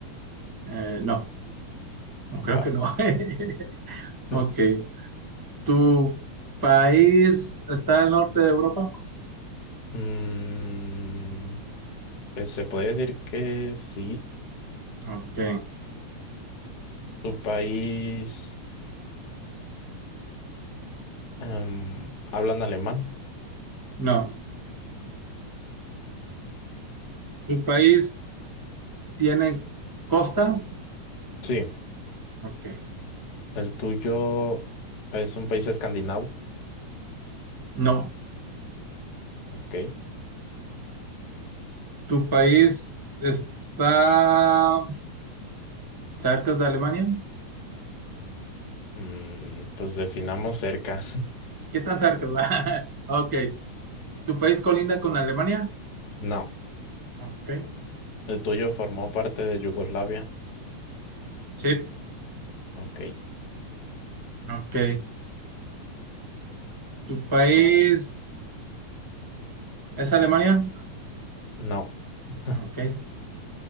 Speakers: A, on the right; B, on the left.
A: Eh, no. No creo
B: Va.
A: que no. <laughs> Ok.
B: <laughs>
A: ¿Tu país está al norte de Europa?
B: Mm, pues, se podría decir que sí.
A: Ok.
B: Tu país. Em, ¿hablan alemán?
A: No. ¿Tu país tiene costa?
B: Sí.
A: Ok.
B: ¿El tuyo es un país escandinavo?
A: No.
B: Ok.
A: ¿Tu país está cerca de Alemania?
B: Mm, pues definamos cerca. <laughs>
A: ¿Qué tan cerca? <laughs> Ok. ¿Tu país colinda con Alemania?
B: No.
A: Ok.
B: ¿El tuyo formó parte de Yugoslavia?
A: Sí.
B: Ok.
A: Ok. ¿Tu país es Alemania?
B: No. <laughs>
A: Ok.